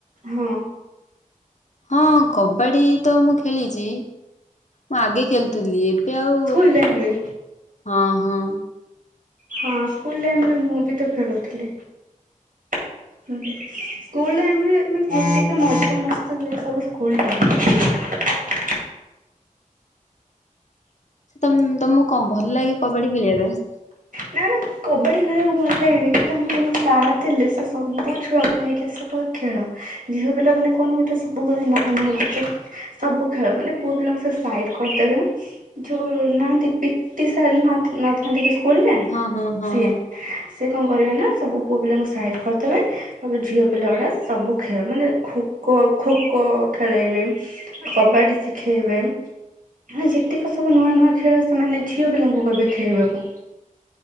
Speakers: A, on the right; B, on the left.
A: ହଁ।
B: ହଁ କବାଡି ତ ମୁଁ ଖେଳିଚି ମୁଁ ଆଗେ ଖେଲୁଥିଲି ଏବେ ଆଉ
A: ସ୍କୁଲ ଟାଇମରେ
B: ହଁ ହଁ।
A: ହଁ ସ୍କୁଲ ଟାଇମ୍ ମୁଁ ବି ତ ଖେଳୁଥିଲି ହୁଁ ସ୍କୁଲ ଟାଇମ୍ ରେ ମାନେ ଯେତିକ ମଜା ମସ୍ତି ହୁଏ ସବୁ ସ୍କୁଲ ଟାଇମ୍ ରେ।
B: ସେ ତମ ତମକୁ କଣ ଭଲ ଲାଗେ କବାଡ଼ି ଖେଳିବା ପାଇଁ?
A: ନା ନା କବାଡି ଖେଳିବାକୁ ଭଲ ଲାଗେନି କିନ୍ତୁ ଆମର ଜଣେ ସାର୍ ଥିଲେ ସେ ସବୁ ଛୁଆଙ୍କୁ ନେଇକି ଆସିବେ କହିବେ ଖେଳ ଝିଅ ପିଲାମାନେ କଣ ଗୋଟେ ସବୁବେଳେ ନାହିଁ ନାହିଁ କରୁଚ ସବୁ ଖେଳ ମାନେ ପୁଅ ପିଲାଙ୍କୁ ସେ ସାଇଡ କରିଦେବେ ଯୋଉ ନାହାନ୍ତି ପିଟି ସାର ନଥ ନଥାନ୍ତି କି ସ୍କୁଲରେ?
B: ହଁ ହଁ ହଁ।
A: ସିଏ ସେ କଣ କରିବେ ନା ସବୁ ପୁଅ ପିଲାଙ୍କୁ ସାଇଡ କରିଦେବେ କହ ଝିଅ ପିଲା ଗୁଡା ସବୁ ଖେଳ ମାନେ ଖୋ ଖୋଖୋ ଖେଳେଇବେ କବାଡି ଶିଖେଇବେ ମାନ ଯେତିକ ସବୁ ନୂଆ ନୂଆ ଖେଳ ସେମାନେ ଝିଅ ପିଲାଙ୍କୁ କହିବେ ଖେଳିବାକୁ